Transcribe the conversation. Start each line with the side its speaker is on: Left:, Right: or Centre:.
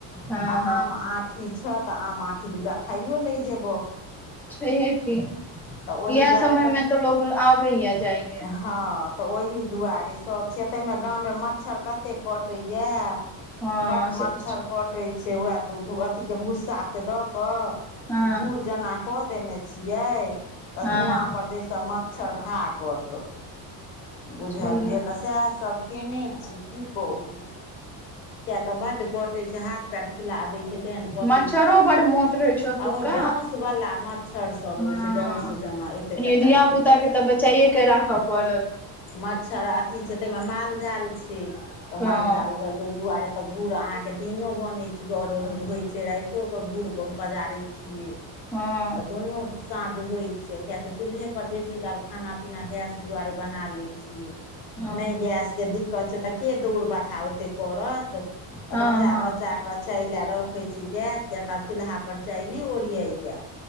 Centre: हँ
Left: आ
Centre: हँ
Left: आम आट, अठी छतऽ आम आँठी। दू टा खाइयो लै जेबौ।
Centre: छैहे की।
Left: ओहि
Centre: इएह
Left: दुआरेसँ
Centre: समय में तऽ लोग आबैया जाइय।
Left: हँ। तऽ ओहि दुआरे सब छिय। तइमे गाम में मच्छर कतेक कटैया।
Centre: हँ
Left: बड मच्छर
Centre: से तऽ छै
Left: कटै छै। से वए, तो ओ, अथी के भूस्सा के द क,
Centre: हँ
Left: घूर जेना कऽ देने छी। जै तऽ
Centre: हँ
Left: धुआँ पर जहि सँ मच्छर भागत। बुझलियै
Centre: छैहे
Left: तऽ सएह सभ कने छी, की कहू। किया तऽ बड्ड कटे छै। हाथ, हाथ पेर फुला दय छै तेहन कटे
Centre: मच्छरो
Left: छै।
Centre: बड़ मोट रहै छै ओतुका
Left: आ ओ डउस वाला मच्छर। मच्छर सब
Centre: हँ
Left: होय छै। डोस जना एते
Centre: कनि
Left: टाटा
Centre: धिया
Left: एते
Centre: पुता
Left: टा।
Centre: के तऽ बचाइए के राखऽ पड़त।
Left: मच्छर अथी छै तइह मे माल जाल छै। तऽ
Centre: हँ
Left: माल जाल ज दु दुआरे, तऽ घूर अहाँके दिनो बनैत छै गर होइत छै। राइतो कऽ घूर पजारैत छियै।
Centre: हँ
Left: तऽ दुनू साँझ होइत छै। किय तऽ चूल्हे पर बेसी काल खाना पीना। गैस दुआरे, बना लेत छीये।
Centre: हँ
Left: नै गैस के दिक्कत, छै तऽ के दौड़ बढ़ा ओते करत। तऽ
Centre: हँ
Left: बचा
Centre: हँ
Left: बचा के, क चाय लए रखैत छी गैस। के तऽ आब चूल्हा पर चाह नै ओरियैया।